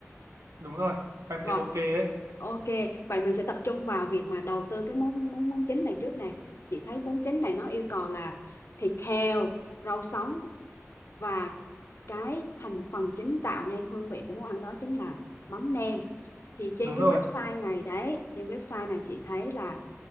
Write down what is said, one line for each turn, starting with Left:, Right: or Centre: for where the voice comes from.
Right: đúng rồi em
Left: rồi,
Right: thấy ok ấy
Left: ok. Vậy mình sẽ tập trung vào việc mà đầu tư cái món món món chính này trước nè. Chị thấy món chính này nó yêu cầu là thịt heo, rau sống và cái thành phần chính tạo nên hương vị của món ăn đó chính là mắm nêm. Thì trên
Right: đúng
Left: cái
Right: rồi
Left: website này đấy, trên website này chị thấy là